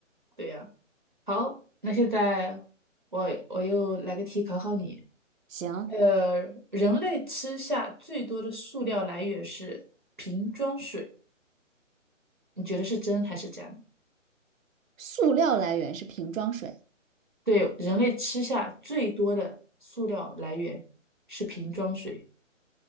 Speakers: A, on the right; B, on the right.
A: 对呀、好，那现在我我又来个题考考你。
B: 行，
A: 呃，人类吃下最多的塑料来源是瓶装水，你觉得是真还是假？
B: 塑料来源是瓶装水。
A: 对，人类吃下最多的塑料来源是瓶装水。